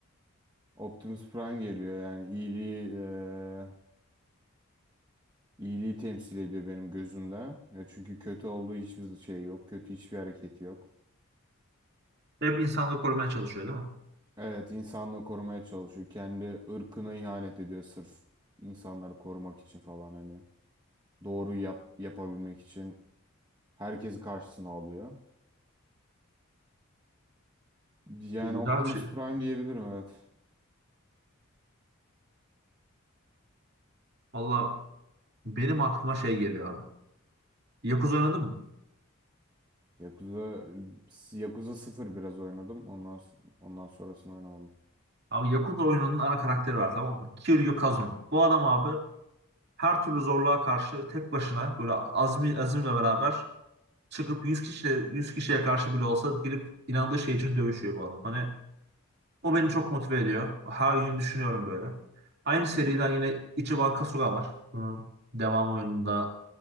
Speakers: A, on the right; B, on the right.
A: Optimus Prime geliyor. Yani iyiliği eee, iyiliği temsil ediyor benim gözümde. Ya çünkü kötü olduğu hiçbir şey yok. Kötü hiçbir hareketi yok.
B: Hep insanlığı korumaya çalışıyor değil mi?
A: Evet, insanlığı korumaya çalışıyor. Kendi ırkına ihanet ediyor sırf insanları korumak için falan hani. Doğruyu yap, yapabilmek için herkesi karşısına alıyor. Yani
B: Güzel
A: Optimus
B: bir şey.
A: Prime diyebilirim evet.
B: Valla benim aklıma şey geliyor abi. Yakuza oynadın mı?
A: Yakuza Yakuza sıfır biraz oynadım. Ondan s- ondan sonrasını oynamadım.
B: Abi Yakuza oyununun ana karakteri var tamam mı? Kiryu Kazuma. Bu adam abi her türlü zorluğa karşı tek başına böyle azmi, azimle beraber çıkıp yüz kişiye yüz kişiye karşı bile olsa girip inandığı şey için dövüşüyor bu adam. Hani O beni çok motive ediyor. Her gün düşünüyorum böyle. Aynı seriden yine Ichiban Kasuga var. Bunun devam oyununda